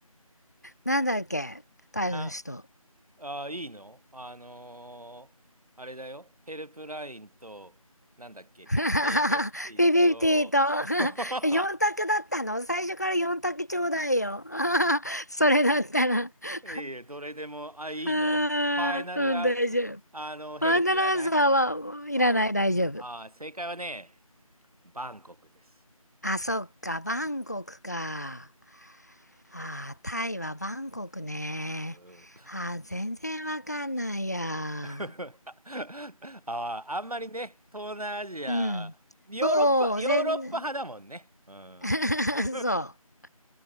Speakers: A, on the left; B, on the right.
A: なんだっけタイの人
B: あ、あ、いいのあのーあれだよ。ヘルプラインと、なんだっけ、50-50と、
A: <laughs> フィ都。ピピピと
B: <laughs>
A: <laughs> 4択だったの最初から4択ちょうだいよ。<laughs> それだったら。<laughs>
B: いいえ、どれでも、あ、いいのファイナルあ、
A: あーうん、大丈夫。
B: あの、ヘルプいらない
A: ワンダランサーはいらない、
B: ああ、
A: 大丈夫。
B: あ正解はね、バンコクです。
A: あ、そっか、バンコクか。あー、タイはバンコクね。
B: うん
A: あー、全然わかんないや。
B: <laughs> ああ、あんまりね、東南アジア、
A: うん。
B: ヨーロッパ、
A: そう、
B: ヨーロッパ派だもんね。
A: 全、
B: うん。
A: <laughs>
B: <laughs> う
A: そう。